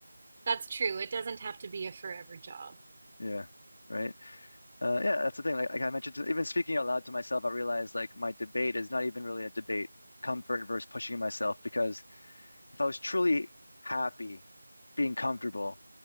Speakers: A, on the right (about 25°); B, on the left (about 40°).
A: That's true. It doesn't have to be a forever job.
B: Yeah. Right. Uh, yeah, that's the thing. Like, like I mentioned, to, even speaking out loud to myself, I realized like my debate is not even really a debate, comfort versus pushing myself because if I was truly happy being comfortable,